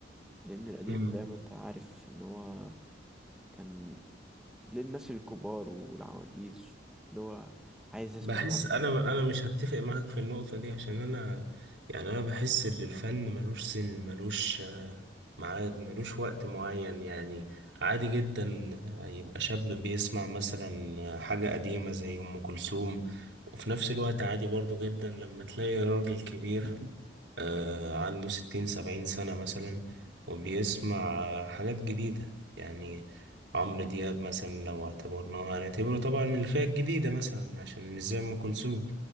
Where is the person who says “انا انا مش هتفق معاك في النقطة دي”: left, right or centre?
Right